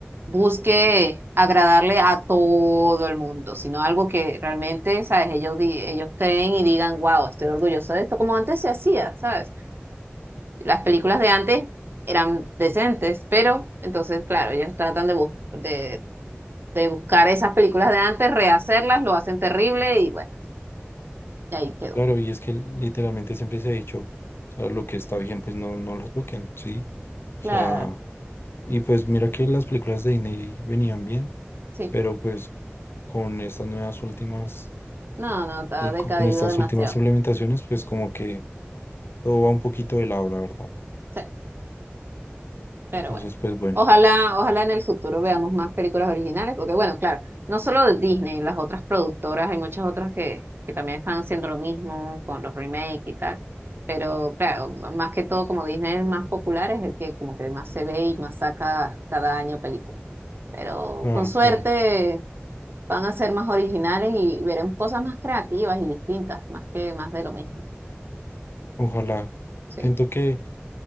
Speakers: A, on the right; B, on the left.
A: busque agradarle a todo el mundo, sino algo que realmente, ¿sabes? Ellos, di- ellos creen y digan, wow, estoy orgulloso de esto, como antes se hacía, ¿sabes? Las películas de antes eran decentes, pero entonces, claro, ellos tratan de, bus- de, de buscar esas películas de antes, rehacerlas, lo hacen terrible y bueno, y ahí quedó.
B: claro, y es que literalmente siempre se ha dicho, o sea, lo que está bien, pues no, no lo toquen, ¿sí? O sea,
A: Claro,
B: Y pues mira que las películas de Disney venían bien,
A: sí.
B: pero pues con estas nuevas últimas,
A: No, no, está
B: eh,
A: decaído
B: co- con, estas
A: demasiado.
B: últimas implementaciones, pues como que todo va un poquito de lado, la verdad.
A: Sí, pero
B: Entonces,
A: bueno.
B: pues bueno,
A: Ojalá, ojalá en el futuro veamos más películas originales, porque bueno, claro, no solo de Disney, las otras productoras, hay muchas otras que, que también están haciendo lo mismo con los remakes y tal. Pero claro, más que todo, como Disney es el más popular, es el que como que más se ve y más saca cada año películas. Pero
B: claro,
A: con suerte
B: claro.
A: van a ser más originales y veremos cosas más creativas y distintas, más que más de lo mismo.
B: Ojalá.
A: Sí.
B: Siento que